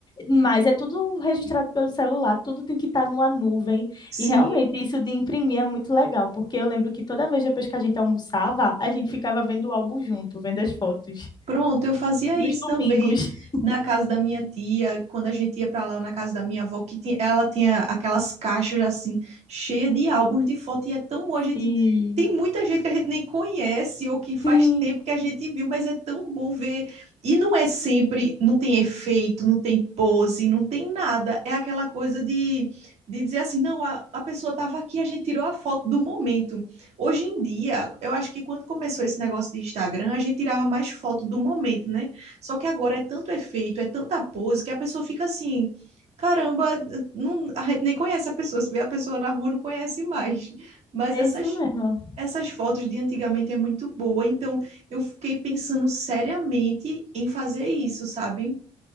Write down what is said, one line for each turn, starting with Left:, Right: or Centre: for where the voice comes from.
Left: Mas é tudo registrado pelo celular, tudo tem que estar numa nuvem.
Right: Sim,
Left: E realmente, isso de imprimir é muito legal, porque eu lembro que toda vez depois que a gente almoçava, a gente ficava vendo o álbum junto, vendo as fotos.
Right: Pronto, eu fazia
Left: Nos
Right: isso
Left: domingos.
Right: também na casa da minha tia, quando a gente ia para lá, ou na casa da minha avó, que tinha- ela tinha aquelas caixas assim, cheias de álbuns de foto, e é tão bom a gente.
Left: Sim,
Right: Tem muita gente que a gente nem conhece ou que faz
Left: sim,
Right: tempo que a gente viu, mas é tão bom ver. E não é sempre, não tem efeito, não tem pose, não tem nada. É aquela coisa de, de dizer assim, não, a, a pessoa estava aqui, a gente tirou a foto do momento. Hoje em dia, eu acho que quando começou esse negócio de Instagram, a gente tirava mais foto do momento, né? Só que agora é tanto efeito, é tanta pose, que a pessoa fica assim, caramba, não, a gente nem conhece a pessoa, se vê a pessoa na rua, não conhece mais. <laughs> Mas
Left: é
Right: essas,
Left: isso mesmo.
Right: essas fotos de antigamente é muito boa, então eu fiquei pensando seriamente em fazer isso, sabe?